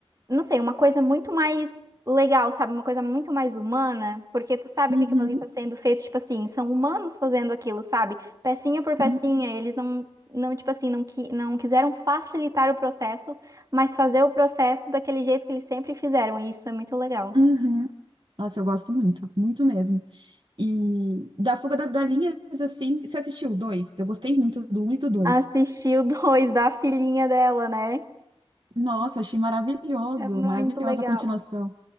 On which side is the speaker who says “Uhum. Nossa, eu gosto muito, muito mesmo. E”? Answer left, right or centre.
Right